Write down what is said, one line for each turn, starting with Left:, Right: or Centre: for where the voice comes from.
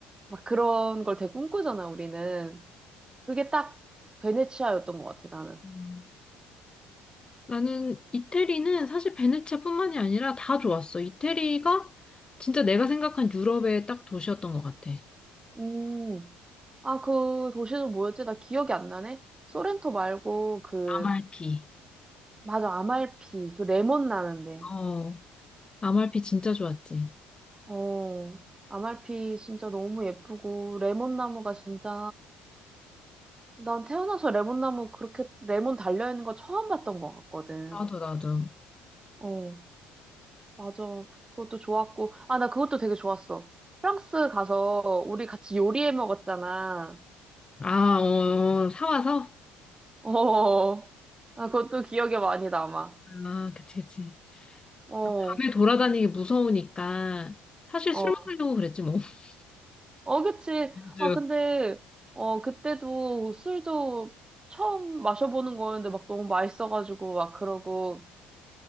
Right: 막 그런 걸 되게 꿈꾸잖아, 우리는. 그게 딱 베네치아였던 것 같아, 나는.
Left: 음. 나는 이태리는 사실 베네치아뿐만이 아니라 다 좋았어. 이태리가 진짜 내가 생각한 유럽의 딱 도시였던 것 같아.
Right: 음, 아, 그 도시는 뭐였지? 나 기억이 안 나네? 소렌토 말고 그,
Left: 아말피.
Right: 맞아, 아말피. 그 레몬 나는데.
Left: 어, 아말피 진짜 좋았지.
Right: 어, 아말피 진짜 너무 예쁘고, 레몬 나무가 진짜 난 태어나서 레몬나무 그렇게 레몬 달려있는 거 처음 봤던 것 같거든.
Left: 나도, 나도.
Right: 어, 맞아. 그것도 좋았고. 아, 나 그것도 되게 좋았어. 프랑스 가서 우리 같이 요리해 먹었잖아.
Left: 아, 어, 어, 사와서?
Right: 어, 아, 그것도 기억에 많이 남아.
Left: 아, 그치, 그치.
Right: 어,
Left: 밤에 돌아다니기 무서우니까, 사실
Right: 어,
Left: 술 먹으려고 그랬지, 뭐. <laughs>
Right: 어, 그치.
Left: 쭉.
Right: 아, 근데, 어, 그때도 술도 처음 마셔보는 거였는데 막 너무 맛있어가지고 막 그러고